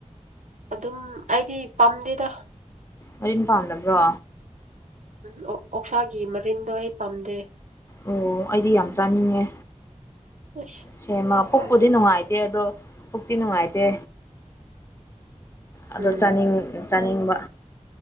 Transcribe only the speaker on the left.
ꯃꯔꯤꯦꯟ ꯄꯥꯝꯗꯕ꯭ꯔꯣ
ꯑꯣ ꯑꯩꯗꯤ ꯌꯥꯝ ꯆꯥꯅꯤꯡꯉꯦ
ꯁꯦꯃ ꯄꯣꯛꯄꯨꯗꯤ
ꯅꯨꯡꯉꯥꯏꯇꯦ ꯑꯗꯣ ꯎꯛꯇꯤ ꯅꯨꯡꯉꯥꯏꯇꯦ ꯑꯗꯣ
ꯆꯥꯅꯤꯡ ꯆꯥꯅꯤꯡꯕ